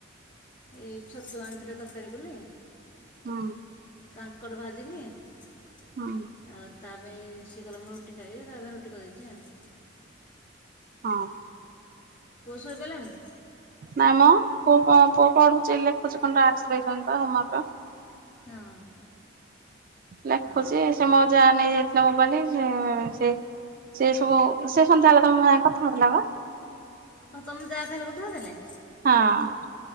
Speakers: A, on the left (about 40°); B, on the right (about 45°).
A: ଏଇ ଛତୁ ଆଣିଥିଲେ ତରକାରୀ କଲି।
B: ହୁଁ
A: କାଙ୍କଡ଼ ଭାଜିଲି। ଆଉ
B: ହୁଁ
A: ତା ପାଇଁ ସିଏ କଲା ମୁଁ ରୁଟି ଖାଇବି ତା ପାଇଁ ରୁଟି କରିଦେଇଛି ଆଉ।
B: ହଁ।
A: ପୁଅ ଶୋଇପଇଲାଣି।
B: ନାଇଁ ମ ପୁଅ କଣ ପୁଅ ପଢୁଛି ଲେଖୁଛି କଣ ଟାସ୍କ ଦେଇଛନ୍ତି ତ ହୋମାର୍କ।
A: ଓ ହଁ।
B: ଲେଖୁଛି
A: ହଁ ହଁ
B: ସେ ମୋ ଯା ନେଇ ଯାଇଥିଲା ମୋବାଇଲି-ଇ-ଇ-ଇ ସେ ସେ ସବୁ ସେ ସନ୍ଧ୍ୟାବେଳେ ତମ ସାଙ୍ଗେ କଥା ହଉଥିଲା ବା
A: ହ ତମ ଯା ତାହଲେ କଥା ହଉ ଥିଲେ।
B: ହଁ।